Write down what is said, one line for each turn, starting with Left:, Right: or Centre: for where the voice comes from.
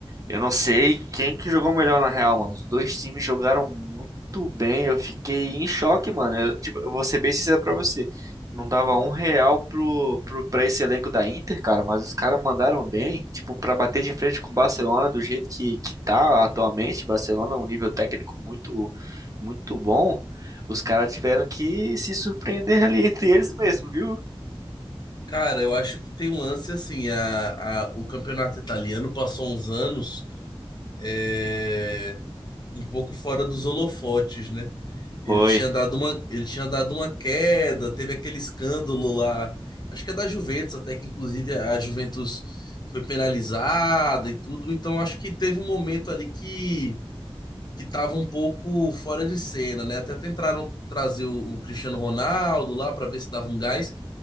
Right: Eu não sei quem que jogou melhor na real, mano. Os dois times jogaram muito bem. Eu fiquei em choque, mano. Eu, tipo, eu vou ser bem sincero pra você. Não dava um real pro, pro, pra esse elenco da Inter, cara, mas os caras mandaram bem. Tipo, pra bater de frente com o Barcelona do jeito que, que tá atualmente. Barcelona é um nível técnico muito, muito bom. Os caras tiveram que se surpreender ali <laughs> entre eles mesmo, viu?
Left: Cara, eu acho que tem um lance assim, a, a, o campeonato italiano passou uns anos. é, um pouco fora dos holofotes, né?
Right: Oi,
Left: Ele tinha dado uma, ele tinha dado uma queda, teve aquele escândalo lá, acho que é da Juventus, até que inclusive a Juventus foi penalizada e tudo, então acho que teve um momento ali que que tava um pouco fora de cena, né? Até tentaram trazer o, o Cristiano Ronaldo lá para ver se dava um gás,